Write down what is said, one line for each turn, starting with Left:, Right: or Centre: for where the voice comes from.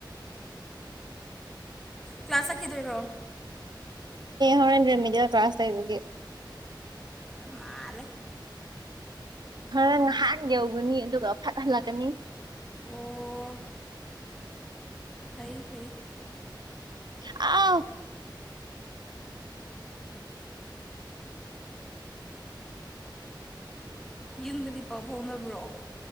Centre: ꯀ꯭ꯂꯥꯁꯈꯤꯗꯣꯏꯔꯣ
Right: ꯍꯣꯔꯦꯟꯗ꯭ꯔ ꯃꯤꯗꯤꯌꯦꯜ ꯀ꯭ꯂꯥꯁ ꯂꯩꯕꯒ
Centre: ꯃꯥꯂꯦ
Right: ꯈꯔ ꯉꯍꯥꯟ ꯌꯧꯒꯅꯤ ꯑꯗꯨꯒ ꯐꯠ ꯍꯜꯂꯛꯀꯅꯤ
Centre: ꯑꯣ ꯐꯩ ꯐꯩ
Right: ꯑ
Centre: ꯌꯪꯕꯗꯤ ꯄꯥꯎ ꯐꯥꯎꯅꯕ꯭ꯔꯣ